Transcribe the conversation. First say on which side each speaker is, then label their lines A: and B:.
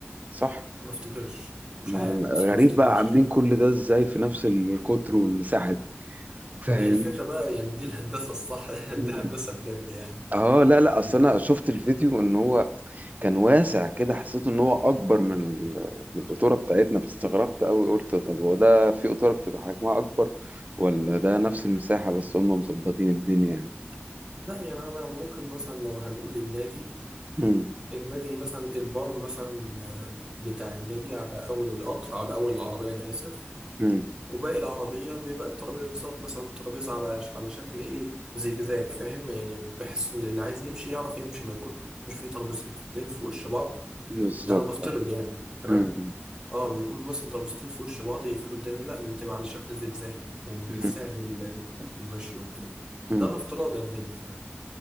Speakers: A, on the right (about 40°); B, on the right (about 20°).
A: صح
B: ما افتكرش مش
A: ما
B: عارف
A: أنا غريب
B: بس ما افتكرش
A: بقى عاملين كل ده ازاي في نفس القطر والمساحه دي فاهم
B: ما هي الفكرة بقى يعني دي الهندسة الصح <laughs>
A: <clears throat>
B: دي هندسة بجد يعني
A: اه لا لا اصل
B: يعني-
A: انا شفت الفيديو ان هو كان واسع كده حسيت ان هو اكبر من ال- من القطوره بتاعتنا فاستغربت قوي قلت طب هو ده في قطوره بتبقى حجمها اكبر ولا ده نفس المساحه بس هم مظبطين الدنيا يعني
B: لا يعني أنا ممكن مثلا لو هنقول النادي
A: مم.
B: النادي مثلا البار مثلا آه، بتاع النادي على أول القطر على أول العربية أنا آسف
A: مم.
B: وباقي العربية بيبقى الترابيزات مثلا الترابيزة على على شكل إيه زجزاج فاهم يعني بحيث إن اللي عايز يمشي يعرف يمشي ما يكونش فيه ترابيزتين في وش بعض
A: بالظبط
B: ده أنا بفترض
A: مم.
B: يعني تمام
A: مم.
B: اه بيكونوا مثلا طابستين في وش بعض يقفلوا الدنيا لا بتبقى على شكل زجزاج يعني بيسهل
A: مم.
B: ال- المشي وكده
A: مم.
B: ده انا افتراض يعني مني يعني